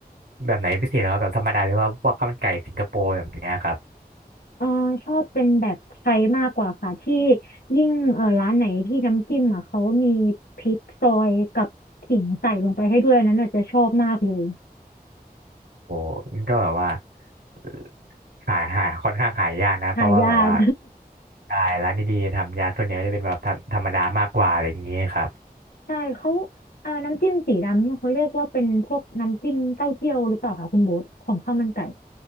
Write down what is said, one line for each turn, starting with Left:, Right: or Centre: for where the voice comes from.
Right: แบบไหนพิเศษเหรอครับแบบธรรมดาหรือว่าพวกข้าวมันไก่สิงคโปร์แบบเนี้ยครับ
Left: เออชอบเป็นแบบไทยมากกว่าค่ะที่ยิ่งเออร้านไหนที่น้ำจิ้มอ่ะเขามีพริกซอยกับขิงใส่ลงไปให้ด้วยอันนั้นอาจจะชอบมากเลย
Right: โอ้มันก็แบบว่าเอ่อหาหาค่อนข้างหายากนะเพราะว่าแบบว่า
Left: หายาก
Right: ใช่ร้านดีๆทำยาส่วนใหญ่กจะเป็นแบบธรรมธรรมดามากกว่าอะไรอย่างนี้ครับ
Left: <laughs> ใช่เขาเออน้ำจิ้มสีดำนี่เขาเรียกว่าเป็นพวกน้ำจิ้มเต้าเจี้ยวหรือเปล่าคะคุณโบ๊ทของข้าวมันไก่